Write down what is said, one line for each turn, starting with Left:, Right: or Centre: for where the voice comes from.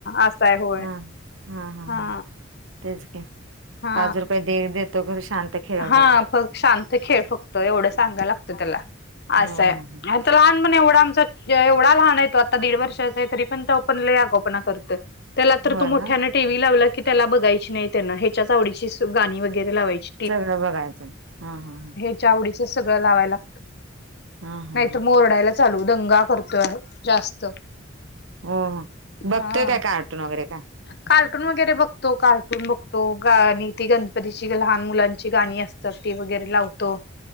Left: असा आहे होय
Right: ह ह ह
Left: हा
Right: ह तेच
Left: हा
Right: पाच रुपये दे देतो खरं शांत खेळव
Left: हा
Right: त्याला.
Left: फक् शांत खेळ फक्त एवढं सांगा लागतं त्याला
Right: ह
Left: असं आहे
Right: ह
Left: आता लहान म्हण एवढा आमचा एवढा लहान आहेेतो आता दीड वर्ष अस आहे तरी तो पण लय आगाव पणा करतोय त्याला तर
Right: होय
Left: मोठ्यानं
Right: ना.
Left: टी व्ही लावल्याने पाहिजे. आवडीची गाणी वगैरे लावायची.
Right: सगळं बघायचं हा हा ह.
Left: व स ला ला
Right: हा हा हा
Left: नाही. चालू दंगा करतोय जास्त.
Right: हो हो बघतोय
Left: हा
Right: काय काय आटून वगैरे काय.
Left: कार्टून वगैरे बघतो कार्टून बघतो. तो गाणी ती गणपतीची लहान मुलांची गाणी असतात ती वगैरे लावतो.